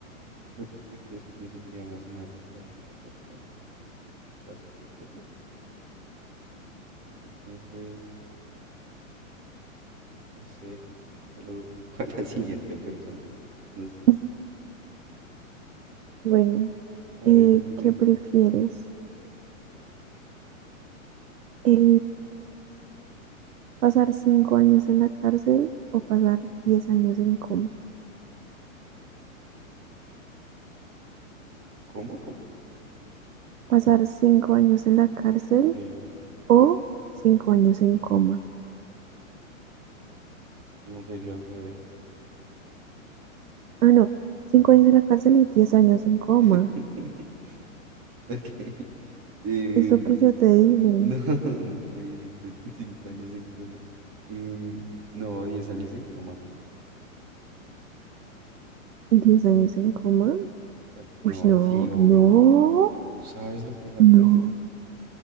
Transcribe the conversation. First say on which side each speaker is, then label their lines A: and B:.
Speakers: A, on the right; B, on the right.
A: No, porque es que después me sentiría más mal de saber que esa persona va a sufrir por mí. Entonces, no sé, se lo duplico a la <laughs> siguiente persona. No sé.
B: <laughs> Bueno,
A: A
B: eh,
A: ver, dime
B: ¿qué prefieres?
A: tú.
B: Eh, Pasar cinco años en la cárcel o pasar diez años en coma.
A: ¿Cómo? ¿Cómo?
B: Pasar cinco años en la cárcel
A: Ok,
B: o cinco años en coma.
A: no sería al revés.
B: Ah, no, cinco años en la cárcel y diez años en coma.
A: <laughs> Ok. Em,
B: Es lo que yo te dije.
A: no, <laughs> amor, me dijiste cinco años en coma. Em, no, diez años en coma.
B: Diez años en coma.
A: O sea, no,
B: Uy, no,
A: sí, obvio.
B: no,
A: ¿Tú sabes lo que es la
B: no,
A: cárcel?